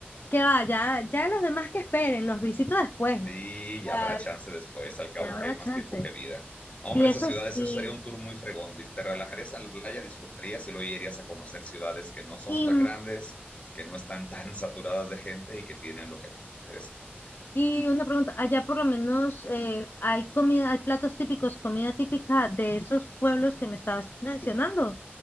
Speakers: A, on the left (about 55°); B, on the left (about 35°).
A: que va, ya, ya los demás que esperen, los visito después.
B: Sí, ya
A: Ah,
B: habrá chance después, al cabo
A: ya habrá
B: que hay más
A: chance.
B: tiempo que vida. Hombre,
A: Y eso
B: esas ciudades,
A: sí.
B: eso sería un tour muy fregón. Dis- Te relajarías en la playa, disfrutarías y luego irías a conocer ciudades que no son
A: Y,
B: tan grandes, que no están tan saturadas de gente y que tienen lo que a ti te interesa.
A: Y una pregunta, allá por lo menos eh, hay comida, hay platos típicos, comida típica de esos pueblos que me estabas mencionando.